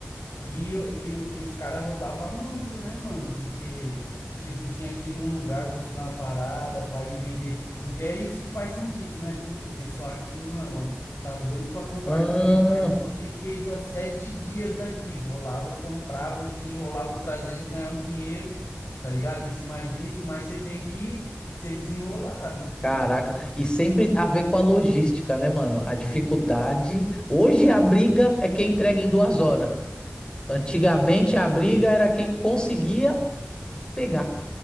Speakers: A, on the left (about 65°); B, on the left (about 20°).
A: E, eu- e, eu- e os caras rodavam muito, né, mano? Porque, tipo, tinha que ir num lugar buscar uma parada pra ir vender. Porque é isso que faz sentido, né? Puto, o pessoal aqui, mano, tá doido pra comprar
B: Ah,
A: queijo, mas só tem queijo há sete dias daqui. Vou lá, vou comprar, vou desenrolar, vou trazer, vou ganhar um dinheiro, tá ligado? Em cima disso, mas você tem que ser desenrolado.
B: Caraca, e sempre a ver com a logística, né, mano? A dificuldade.
A: É.
B: Hoje a briga é quem entrega em duas horas. Antigamente
A: Isso.
B: a briga era quem conseguia pegar